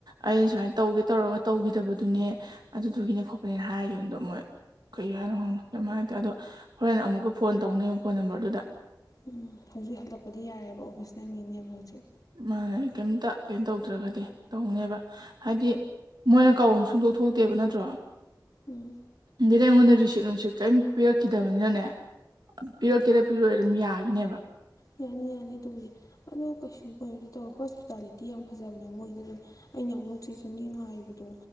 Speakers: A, on the right (about 65°); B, on the left (about 50°).
A: ꯑꯩꯅ ꯁꯨꯃꯥꯏꯅ ꯇꯧꯒꯦ ꯇꯧꯔꯒ ꯇꯧꯈꯤꯗꯕꯗꯨꯅꯦ ꯑꯗꯨꯗꯨꯒꯤꯅꯦ ꯈꯣꯠꯄꯅꯦꯅ ꯍꯥꯏꯈꯤꯕꯗꯣ ꯃꯣꯏ ꯀꯩ ꯍꯥꯏꯅꯣ ꯍꯣꯡꯅꯣ ꯀꯃꯥꯏ ꯍꯥꯏꯇꯦ ꯑꯗꯣ ꯍꯣꯔꯦꯟ ꯑꯃꯨꯛꯀ ꯐꯣꯟ ꯇꯧꯅꯦꯕ ꯐꯣꯟ ꯅꯝꯕꯔꯗꯨꯗ
B: ꯎꯝ ꯍꯧꯖꯤꯛ ꯍꯜꯂꯛꯄꯗꯤ ꯌꯥꯔꯦꯕ ꯑꯣꯐꯤꯁ ꯇꯃꯤꯡꯅꯦꯕ ꯍꯧꯖꯤꯛ
A: ꯃꯥ ꯀꯩꯝꯇ ꯀꯩꯅ ꯇꯧꯗ꯭ꯔꯒꯗꯤ ꯇꯧꯅꯦꯕ ꯍꯥꯏꯗꯤ ꯃꯣꯏꯅ ꯀꯥꯎꯕ ꯑꯃ ꯁꯨꯡꯗꯣꯛ ꯊꯣꯛꯇꯦꯕ ꯅꯠꯇ꯭ꯔꯣ
B: ꯎꯝ
A: ꯗꯤ ꯑꯩꯉꯣꯟꯗ ꯔꯤꯁꯤꯞ ꯅꯨꯡꯁꯤꯞ ꯀꯔꯤꯝ ꯄꯤꯔꯛꯈꯤꯗꯕꯅꯤꯅꯅꯦ ꯄꯤꯔꯛꯀꯦꯗ ꯄꯤꯔꯛꯑꯣ ꯑꯗꯨꯝ ꯌꯥꯒꯤꯅꯦꯕ
B: ꯌꯥꯅꯤ ꯌꯥꯅꯤ ꯑꯗꯨꯕꯨꯗꯤ ꯑꯗꯣ ꯀꯩꯁꯨ ꯀꯩꯅꯣꯗꯤ ꯇꯧꯋꯦ ꯍꯣꯁꯄꯤꯇꯥꯂꯤꯇꯤ ꯌꯥꯝ ꯐꯖꯕꯅꯦ ꯃꯣꯏꯗ ꯑꯗꯨꯝ ꯑꯩꯅ ꯑꯃꯨꯛ ꯊꯤꯁꯨ ꯉꯥꯏꯕꯗꯣ